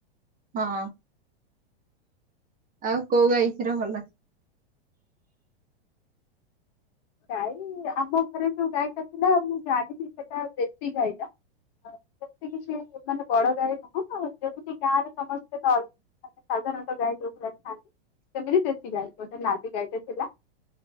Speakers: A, on the right (about 25°); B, on the left (about 45°).
A: ହଁ ଆଉ କୋଉ ଗାଈ କ୍ଷୀର ଭଲ?
B: ଗାଈ ଆମ ଘରେ ଯୋଉ ଗାଈଟା ଥିଲା ମୁଁ ଜାଣିନି ସେଟା ଦେଶୀ ଗାଈଟା। ସେମତି କିଛି ମାନେ ବଡ ଗାଈ ନୁହଁ ଆ ଯେମିତି ଗାଁ ରେ ସମସ୍ତେ ମାନେ ସାଧାରତଃ ଗାଈ ଯୋଉ ଭଳିଆ ଆସିଥାନ୍ତି ସେମିତି ଦେଶୀ ଗାଈ ଗୋଟେ ନାଲି ଗାଈଟେ ଥିଲା।